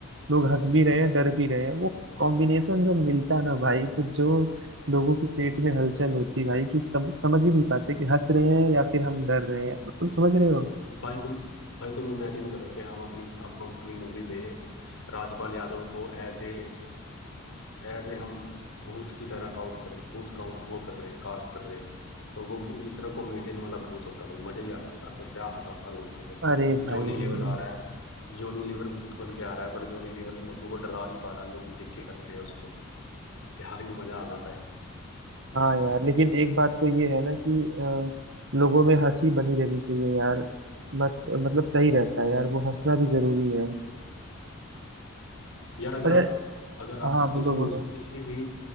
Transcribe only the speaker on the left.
भाई तुम भाई तुम इमेजिन करो कि हम अपनी हम अपनी मूवी में राजपाल यादव को एज ए एज ए हम भूत की तरह काउट कर भूत का वो कर रहे हैं कास्ट कर रहे हैं तो वो भू- इतना कॉमेडियन वाला भूत होता भाई मजा ही आ जाता वो क्या हंसाता लोगों को
जॉनी लीवर आ रहा है जॉनी लीवर भूत बन के आ रहा है पर जॉनी लीवर लोगों को डरा नहीं पा रहा लोग देख के हंस रहे हैं उसको क्या ही मजा आना था यार
यार अगर
आप
अगर आप
किसी मुस-
किसी भी